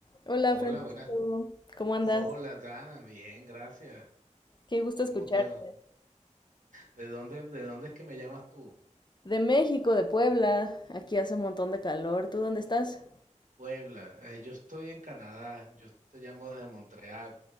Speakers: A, on the left (about 35°); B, on the right (about 85°).
A: Hola
B: Hola,
A: Francisco,
B: buenas.
A: ¿cómo
B: <laughs>
A: andas?
B: Hola, Dana. Bien, gracias.
A: Qué gusto
B: ¿Cómo
A: escucharte.
B: te va? ¿De dónde, de dónde es que me llamas tú?
A: De México, de Puebla, aquí hace un montón de calor. ¿Tú dónde estás?
B: Puebla. Eh, yo estoy en Canadá. Yo te llamo desde Montreal.